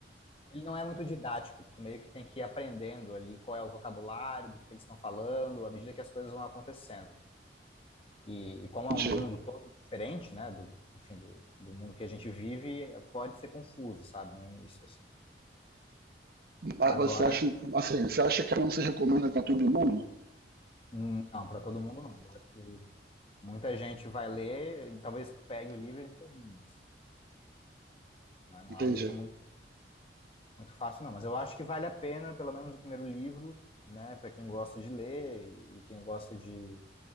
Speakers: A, on the left; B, on the right.
A: Ele não é muito didático, tu meio que tem que ir aprendendo ali qual é o vocabulário, do que que eles estão falando, à medida que as coisas vão acontecendo. E, e como é
B: entendi.
A: um mundo todo diferente, né, do, enfim, do, do mundo que a gente vive, é- pode ser confuso, sabe, no início, assim.
B: Mas
A: Agora,
B: você acha, assim, você acha que não se recomenda para todo mundo?
A: hum, não, para todo mundo não. Eu acho que muita gente vai ler, e talvez pegue o livro e nem termine, assim, né? Não
B: Entendi.
A: é um livro muito, muito fácil, não. Mas eu acho que vale a pena, pelo menos o primeiro livro, né, para quem gosta de ler e e quem gosta de